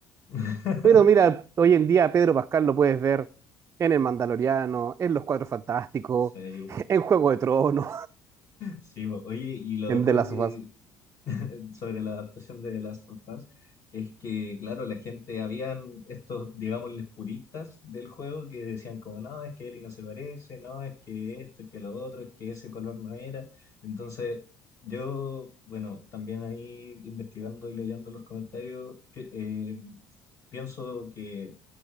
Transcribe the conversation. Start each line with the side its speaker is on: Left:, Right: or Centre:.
Left: <laughs>
Right: Pero mira, hoy en día Pedro Pascal lo puedes ver en El Mandaloriano, en Los Cuatro Fantásticos,
Left: Sí, bo.
Right: <laughs> en Juego de Tronos,
Left: Sí, bo. Oye,
Right: <laughs>
Left: y lo
Right: en
Left: otro
Right: The Last
Left: que,
Right: of Us.
Left: <laughs> sobre la adaptación de The Last of Us es que, claro, la gente, habían estos, digámosles, puristas del juego que decían como, no, es que Ellie no se parece, no, es que esto, que lo otro, es que ese color no era. Entonces, yo, bueno, también ahí investigando y leyendo los comentarios, pi- eh, pienso que